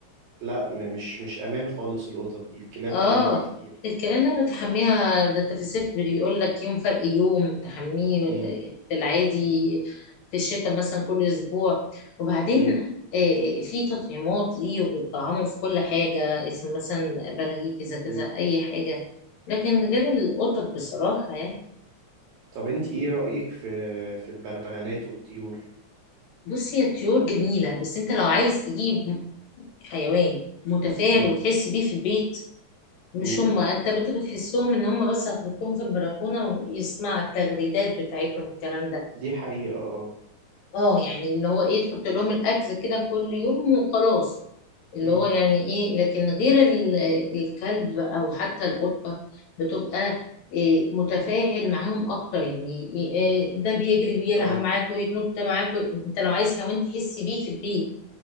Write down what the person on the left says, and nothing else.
اه
الكلام ده بتحميها ده انت في الصيف بيقول لك يوم فرق يوم تحميه
في العادي في الشتاء مثلا كل اسبوع وبعدين
آه، آه، في تطعيمات ليه وبيطعموا في كل حاجة اسم مثلا براغيث اذا كذا
اي حاجة لكن غير القطط بصراحة يعني
بصي هي طيور جميلة بس انت لو عايز تجيب حيوان متفائل
وتحس بيه في البيت مش
هما انت بت- بتحسهم ان هما بس هتحطهم في البلكونه ويسمع التغريدات بتاعتهم الكلام ده
اه يعني اللي هو ايه تحط لهم الاكل كده كل يوم وخلاص اللي
هو يعني ايه لكن غير ال- الكلب او حتى القطه بتبقى إيه متفاعل معاهم اكتر يعني إيه ده بيجري بيلعب
معاك ويتنط معاك وي- انت لو عايز حيوان تحس بيه في البيت